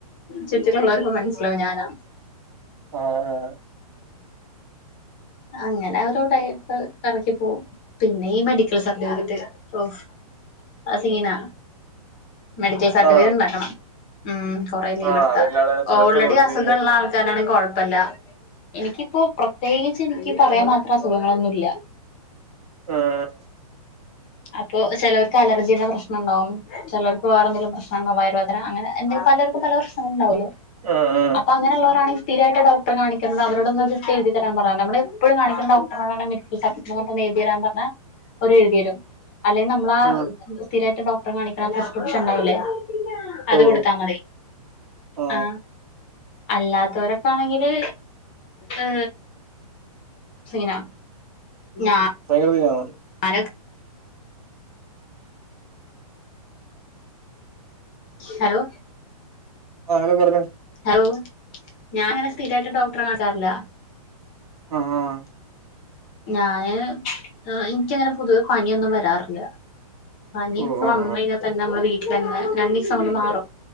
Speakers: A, on the left; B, on the right.
A: ചുറ്റിലുള്ളവർക്ക് മനസ്സിലാവും ഞാനാന്
B: ആ ആ
A: അങ്ങനെ ഓരോ ഉടായിപ്പ് ഇറക്കി പോകും പിന്നെ ഈ മെഡിക്കൽ സർട്ടിഫിക്കറ്റ് ഒഫ് അത് സീനാ മെഡിക്കൽ സർട്ടിഫിക്കറ്റ്ണ്ടാക്കണം
B: ആണോ
A: ഉം, കൊറെ ലീവ്
B: ആഹ്
A: എടുത്താ
B: അതെല്ലാടെ ചിലയിടത്തൊക്കെ
A: ഓൾറെഡി
B: ഉണ്ട്
A: അസുഖള്ള
B: ശരിയാ
A: ആൾക്കാരാണെങ്കിൽ കൊഴപ്പില്ലാ എനിക്കിപ്പോ പ്രത്യേകിച്ച് എനിക്ക് പറയാൻ മാത്രം അസുഖങ്ങളൊന്നുമില്ല.
B: ഉം
A: അപ്പൊ ചിലർക്ക് അലർജിയുടെ പ്രശ്നം ഉണ്ടാവും ചിലർക്ക് വേറെന്തങ്കിലും പ്രശ്നം ഇണ്ടാവും വയർവേദന അങ്ങനെ എന്തെങ്കിലും പലർക്കും പല പ്രശ്നങ്ങളും ഉണ്ടാവല്ലോ
B: ഉം
A: അപ്പൊ അങ്ങനെളളവരാണെ സ്ഥിരായിട്ട് ഡോക്ടർ കാണിക്കുന്നുണ്ട് അവരോടൊന്ന്ന് എഴുതി തരാൻ പറ, നമ്മള് എപ്പോഴും കാണിക്കുണഡോക്ടറോട <unintelligible> സർട്ടിക്കററിനായിഎഴുതിതരാൻ പറഞ്ഞാൽ അവര് എഴുതിരും അല്ലെങ്കിൽ നമ്മള ആ
B: ഉം
A: സ്ഥിരായിട്ട് ഡോക് ടറെ കാണിക്കണ പ്രസ്ക്രിപ്ഷൻ ഇണ്ടാവൂല്ലേ അത്
B: ഓ
A: കൊടുത്താ മതി
B: ആഹ്
A: ആഹ അല്ലാത്തരൊക്കൊണെങ്കില് ഏ <unintelligible> സീനാ ആ
B: ഭയങ്കര ഒരു ഇതാണ്
A: അനക് ഹലോ
B: ആരാ പറഞ്ഞ
A: ഹലോ ഞാൻ അങ്ങനെ സ്ഥിരായിട്ട് ഡോക്ടറെ കാട്ടാറില്ല
B: ആഹ്
A: ഞാന് എനിക്കങ്ങനെ പൊതുവെ പനിയൊന്നും വരാറില്ല പനിയൊക്കെ
B: ഓ ആഹ്
A: വന്ന് കഴിഞ്ഞ തന്നെ നമ്മുടെ വീട്ടിൽ തന്നെ രണ്ടു ദിവസം കൊണ്ട് മാറും